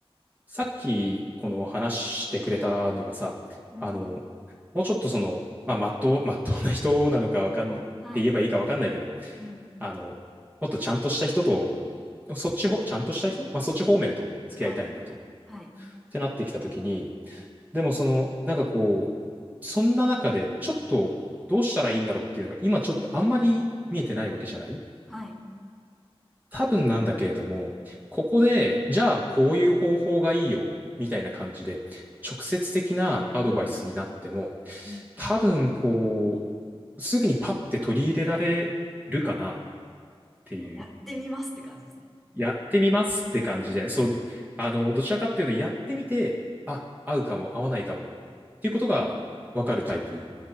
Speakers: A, on the right; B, in the centre.
A: さっき、この話してくれたのがさ、
B: うん。
A: あの、もうちょっとその、まあ、まっとう、<laughs> まっとうな人なのかわかん、
B: そう。
A: って言えばいいかわかんないけど、
B: はい。うん。
A: あの、もっとちゃんとした人と、そっちほ、ちゃんとした人まあ、そっち方面と付き合いたいなと、
B: はい。
A: っ
B: はい。
A: てなってきたときに、でもその、なんかこう、そんな中で、ちょっと、どうしたらいいんだろうっていうのが、今ちょっとあんまり見えてないわけじゃない
B: はい。
A: 多分なんだけれども、ここで、じゃあこういう方法がいいよ、みたいな感じで、直接的なアドバイスになっても、
B: うん。うん。
A: 多分こう、すぐにパッて取り入れられるかなっていう、
B: やってみますって感じですね。
A: やってみますって感じで、そう、あの、どちらかっていうと、やってみて、あ、合うかも、合わないかもっていうことが分かるタイプ